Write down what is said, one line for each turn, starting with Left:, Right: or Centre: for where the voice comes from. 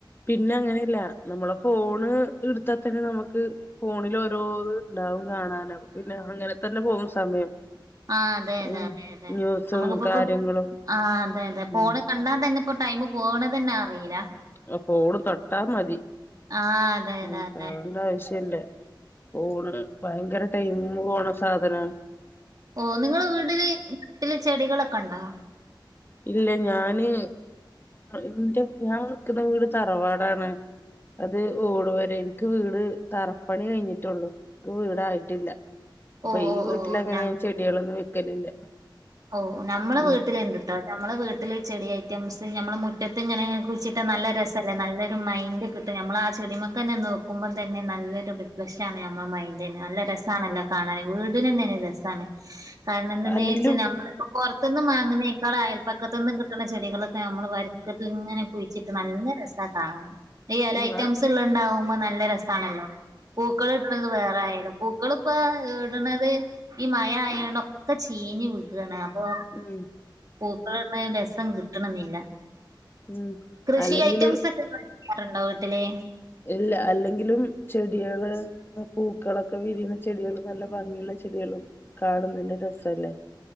Left: പിന്നെ അങ്ങനെയല്ല നമ്മളെ ഫോണ് എടുത്താൽ തന്നെ നമുക്ക് ഫോണിൽ ഓരോ ഇണ്ടാവും കാണാന പിന്നെ അങ്ങനെ തന്നെ പോകും സമയം
Right: ആ അതെ അതെ
Left: ഉം
Right: അതെ അതെ
Left: ന്യൂസും
Right: നമുക്കിപ്പ
Left: കാര്യങ്ങളും
Right: ഇപ്പൊ ആ അതെ അതെ പോണ
Left: ഉം
Right: കണ്ടാ തന്നെ ഇപ്പോ ടൈമ് പോകണ തന്നെ അറിയില്ല
Left: ആ ഫോണ് തൊട്ടാ മതി
Right: ആഹ് അതെ
Left: ഉ
Right: അതെ അതെ
Left: കാണണ്ട ആവശ്യല്ല ഫോണ് ന്ഭയങ്കര ടൈം പോണ സാധന
Right: ഓ നിങ്ങള് വീട്ടില് ചില ചെടികളൊക്കെ ഉണ്ടോ
Left: ഇല്ല ഞാന്ഞ എന്റെ ഞാൻ നിൽക്കുന്ന വീട് തറവാടാണ് അത് ഓടു പോരെ എനിക്ക് വീട് തറപ്പണി കഴിഞ്ഞിട്ടുള്ളു വീടായിട്ടില്ല അപ്പൊ
Right: ഓ
Left: ഈ
Right: ഓ
Left: വീട്ടില
Right: ഓ
Left: അങ്ങനെ
Right: ഞങ്ങ
Left: ചെടികളൊന്നും വെക്കലില്ല
Right: ഓ നമ്മള്
Left: ഉം
Right: വീട്ടില ഇണ്ട് ട്ടോ നമ്മൾ വീട്ടിൽ ചെടി ഐറ്റംസ് നമ്മൾ മുറ്റത്ത് ഇങ്ങനെ കുിച്ചിട്ട് നല്ല രസമല്ലേ നല്ലൊരു മൈൻഡ് കിട്ടും നമ്മൾ ആ ചെരുമക്ക തന്നെ നോക്കുമ്പോം തന്നെ നല്ലരു റിഫ്ലഷ ആണ് നമ്മള മൈൻഡന് നല്ല രസണല്ലോ കാണാന വീടിനന്നാണ് രസമാണ് കാരണം എന്ത
Left: അല്ലെങ്കിലും
Right: വെച്ചാൽ നമ്മളിപ്പോ പുറത്തുന്ന്ും അങ്ങന മക്കാള അയൽപ്പക്കത്ത നിന്നും കിട്ടുന്ന ചെടികളൊക്കെ നമ്മള് വരക്കട്ടിൽ ഇങ്ങനെ പൊഴിച്ചിട്ട് നല്ല രസം കാണൻ ഈല
Left: ഉം
Right: ഐറ്റംസ്
Left: ആഹ്
Right: ഉള്ള ഉണ്ടാവുമ്പോ നല്ല രസമാണല്ലോ പൂക്കൾ ഇടത് വേറെ ആയാലും പൂക്കള ഇപ്പ ഇടുന്നത് ഈ മഴ ആയൊണ്ട ഇക്ക ചീഞ്ഞിനി അപ്പൊ
Left: ഉം
Right: പൂക്കളന് രസം കിട്ടണെന്നില്ല
Left: ഉം
Right: കൃഷി
Left: അല്ലെങ്കില്
Right: ഐറ്റംസ് ഒക്കെിക്കാറുണ്ടോ വീട്ടിലെ
Left: ഇല്ല അല്ലെങ്കിലും ചെടികള് പൂക്കളൊക്കെ വിരിയുന്ന ചെടികളും നല്ല ഭംഗിയുള്ള ചെടികളും കാണുന്നില്ലരസല്ല